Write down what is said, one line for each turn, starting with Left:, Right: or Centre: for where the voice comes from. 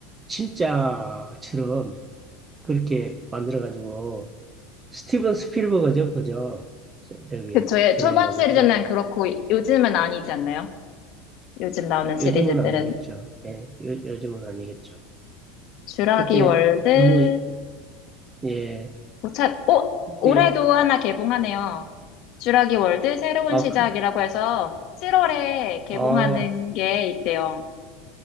Right: 진짜처럼 그렇게 만들어가지고 스티븐 스필버거죠, 그죠? 저- 저기
Left: 그 저의
Right: 주라기
Left: 초반
Right: 공군이
Left: 시리즈는 그렇고 요즘은 아니지 않나요? 요즘 나오는 시리즈들은
Right: 요즘은 아니겠죠. 예, 요, 요즘은 아니겠죠.
Left: 쥬라기
Right: 그때
Left: 월드
Right: 너무 예,
Left: 오찾오
Right: 그때
Left: 올해도 하나 개봉하네요. 쥬라기 월드 새로운
Right: 아,
Left: 시작이라고
Right: 그,
Left: 해서 7월에 개봉하는
Right: 아,
Left: 게 있대요.